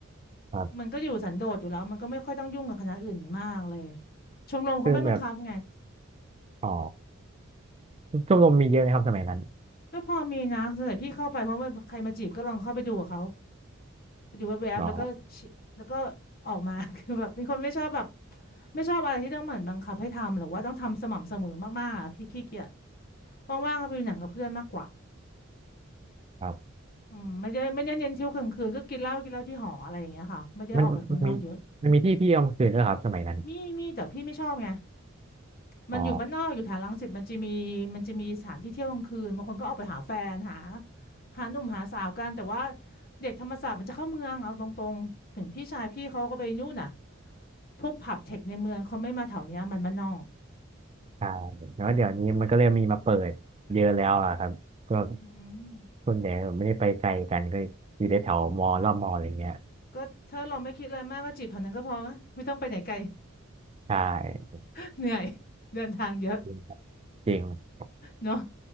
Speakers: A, on the right; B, on the left.
A: ครับ
B: มันก็อยู่สันโดษอยู่แล้วมันก็ไม่ค่อยต้องยุ่งกับคณะอื่นมากเลยชมรมเขาไม่บังคับไง
A: คือแบบอ๋อชมรมมีเยอะไหมครับสมัยนั้น
B: ก็พอมีนะส่วนใหญ่พี่เข้าไปเพราะว่าใครมาจีบก็ลองเข้าไปดูกับเขาไปดูแวบๆแล้วก็ชิแล้วก็
A: อ๋อ
B: ออกมา <laughs> คือแบบเป็นคนไม่ชอบแบบไม่ชอบอะไรที่ต้องเหมือนบังคับให้ทำหรือว่าต้องทำสม่ำเสมอมากๆอะพี่ขี้เกียจว่างๆก็ไปดูหนังกับเพื่อนมากกว่า
A: ครับ
B: อืมไม่ได้ไม่ได้เน้นเที่ยวกลางคืนก็กินเหล้ากินเหล้าที่หออะไรอย่างเงี้ยค่ะไม่ได้ออกไปข้างนอกเยอะ
A: มันมันมีมันมีที่เที่ยวกลางคืนด้วยครับสมัยนั้น
B: มีมีแต่พี่ไม่ชอบไงมันอยู่บ้านนอกอยู่แถวรังสิตมันจะมีมันจะมีสถานที่เที่ยวกลางคืนบางคนก็ออกไปหาแฟนหา
A: อ๋อ
B: หาหนุ่มหาสาวกันแต่ว่าเด็กธรรมศาสตร์มันจะเข้าเมืองเอาตรงๆถึงพี่ชายพี่เขาก็ไปนู่นน่ะพวกผับเทคในเมืองเขาไม่มาแถวเนี้ยมันบ้านนอก
A: ใช่แล้วเดี๋ยวนี้มันก็เริ่มมีมาเปิดเยอะแล้วอะครับก็ก
B: อืม
A: ส่วนใหญ่ไม่ได้ไปไกลกันก็อยู่ในแถวมอรอบมออะไรเงี้ย
B: ก็ถ้าเราไม่คิดอะไรมากก็จีบแถวนั้นก็พอไหมไม่ต้องไปไหนไกล
A: ใช่
B: <laughs> เหนื่อยเดินทางเยอะ
A: จริงครับจริง
B: เนาะ